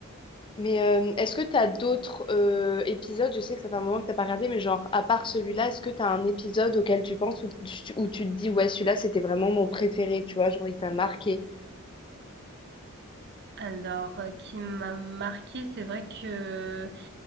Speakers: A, on the left; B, on the right.
A: Mais euh, est-ce que tu as d'autres euh, épisodes? Je sais que ça fait un moment que t'as pas regardé, mais genre, à part celui-là, est-ce que tu as un épisode auquel tu penses où tu, où tu te dis, ouais, celui-là, c'était vraiment mon préféré, tu vois, genre, il t'a marqué.
B: Alors, euh, qui m'a marqué, c'est vrai que